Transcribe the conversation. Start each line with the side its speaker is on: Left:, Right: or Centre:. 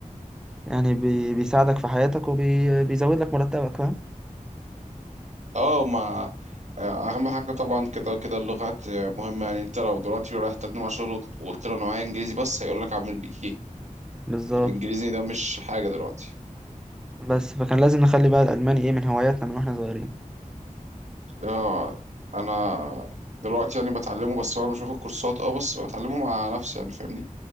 Centre: يعني بي... بيساعدك في حياتك وبيزود لك مرتبك فاهم
Right: اه ما آه، اهم حاجه طبعا كده كده اللغات آه، مهمه يعني انت لو دلوقتي رايح تقدم على شغل وت- وقلت له انا معايا انجليزي بس هيقول لك اعمل بيك ايه
Centre: بالظبط
Right: الانجليزي ده مش حاجه دلوقتي
Centre: بس فكان لازم نخلي بقى الألماني إيه من هواياتنا من واحنا صغيرين
Right: اه انا دلوقتي يعني بتعلمه بس هو أنا مش واخد كورسات اه بس بتعلمه مع نفسي يعني فاهمني